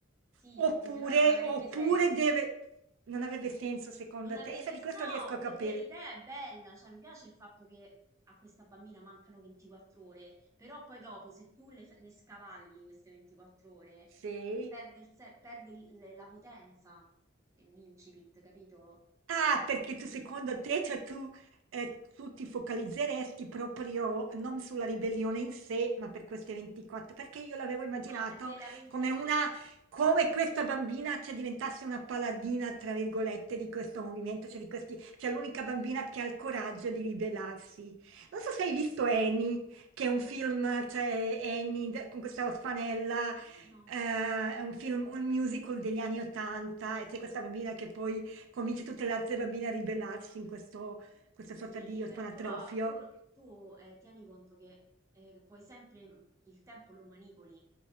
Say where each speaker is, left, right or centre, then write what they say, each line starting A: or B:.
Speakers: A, on the right; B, on the right.
A: Sì,
B: oppure,
A: perché sennò non avrebbe
B: oppure
A: senso.
B: deve... Non avrebbe senso secondo
A: Non avrebbe...
B: te? Io di
A: s-
B: questo
A: No,
B: riesco a
A: perché
B: capire.
A: l'idea è bella, cioè mi piace il fatto che a questa bambina mancano 24 ore, però poi dopo se tu le, fa- le scavalli queste 24 ore,
B: Sì.
A: perde, il se- perde il- la potenza dell'incipit, capito?
B: Ah, perché tu secondo te, cioè tu, eh, tu ti focalizzeresti proprio non sulla ribellione in sé, ma per queste 24, perché io l'avevo immaginato
A: No, perché la 20,
B: come
A: le
B: una,
A: 20...
B: come questa bambina, cioè, diventasse una paladina, tra virgolette, di questo movimento, cioè di questi, cioè l'unica bambina che ha il coraggio di ribellarsi. Non so se hai
A: Sì,
B: visto Annie, che è un film, cioè Annie d- con questa orfanella,
A: no,
B: eh, è un film, un musical degli anni 80,
A: no.
B: e c'è questa bambina che poi Convince tutte le altre bambine a ribellarsi in questo questa sorta
A: Sì,
B: di orfanotrofio.
A: per- però tu, tu, eh, tieni conto che eh, puoi sempre, mm, il tempo lo manipoli,